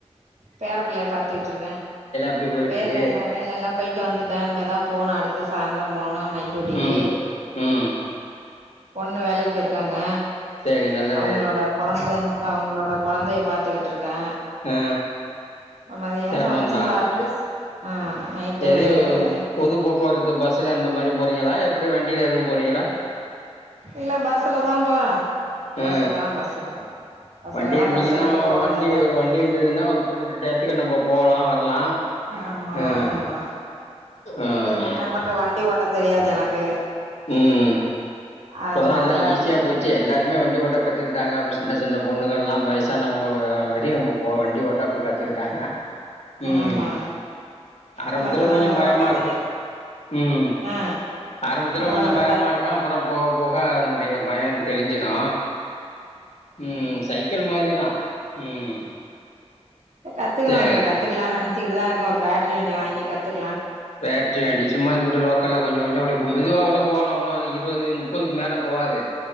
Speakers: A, on the right; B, on the left.
A: பேரப்பிள்ளைய பார்த்துட்டு இருக்கேன்
B: எப்டி போயிட்டு
A: வேலையெல்லாம்
B: இருக்கு
A: வேலை எல்லாம் போயிட்டு வந்துட்டேன் இனிமேதான் போகணும் அடுத்து ப சாந் <unintelligible> அப்பிரம் போனோம் நைட் டூட்டிக்கு
B: ம் ம்
A: பொண்ணு வேலைக்கி போயிருக்காங்க
B: சரி நல்லது
A: அவுங்களோட கொழந்த அவங்களோட கொழந்தைய பாத்துக்கிட்ருக்கே
B: ஆ
A: மதியானோ
B: சிரமந்தா
A: சமைச்சி சாப்ட்டு ஆ நைட்டு
B: எது பொது போக்குவரத்து பஸ்ல அந்த மாரி போறீங்களா எப்டி வண்டில எதுவு போறீங்களா
A: இல்ல பஸ்லதா போறே
B: ஆ
A: பஸ்தா பஸ்தா பஸ்லதா
B: வண்டி இருந்தீங்கன்னா
A: கஷ்டப்பட்டு போ
B: வண்டி
A: வேண்டியதா
B: ஒரு
A: இருக்கு
B: வண்டி இருந்ததுன்னா ஒரு குறிப்பிட்ட டயத்துக்கு நம்ம போகலா வரலா
A: ஆமா
B: ஆ
A: ஆமா
B: ஆ
A: என்ன பண்றது வண்டி ஓட்டத் தெரியாது எனக்கு
B: ம் இப்பதா
A: அதனால
B: எல்லா ஈஸியா போச்சி எல்லாருமே வண்டி ஓட்ட கத்துக்குட்டாங்க அப்ப சின்ன சின்ன பொண்ணுகள்லா வைசானவ்ங்க வரியு இப்ப போ வண்டி ஓட்ட அப்டி கத்துக்குட்டாங்க ம்
A: ஆமா
B: ஆரம்பத்துல
A: நமக்கு தா
B: கொஞ்சொ
A: இன்னு
B: பயமா
A: ஓட்ட
B: இருக்
A: தெரியாது
B: ம்
A: ஆ
B: ஆரம்பத்துல
A: நம்ம
B: கொஞ்சம்
A: நம்ம
B: பயமா
A: கத்
B: இருக்கு அப்பறம் போஅ போக அதனுடைய பயொ தெளிஞ்சிரு ம் சைக்கிள் மாரிதா ம்
A: கத்துக்கணும்னுப்பா
B: சேரி
A: கத்துக்கலானு நெனச்ச சிக்கிட்டுதா இருக்கு ஒரு பேட்ரி வண்டிய வாங்கி கத்துக்
B: பேட்ரி வண்டி சும்மா இது மட்டு லோக்கல்ல கொஞ்சொ கொஞ்சொ ஓட்டிப்போ மெதுவா கூட போலா ஒன்னு அது இருவது முப்பதுக்கு மேல போகாது